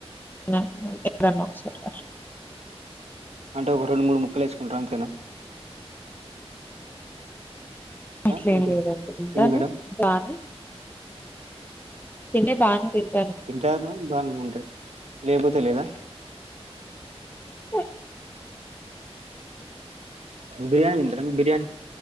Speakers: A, on the left; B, on the right.
A: ఎప్పుడన్నా ఒకసారి అట్లా
B: అంట ఒక రెండు మూడు ముక్కలు వేసుకుంటారు. అంతేనా
A: అట్లేం
B: ఆ ఏంటి
A: లేదండి. తింటాను
B: ఏంది మేడం
A: బానే తింటే బానే తింటాను.
B: తింటారు బాగనే తింటారు. లేకపోతే లేదా
A: ఆ
B: బిర్యానీ తింటారా బిర్యానీ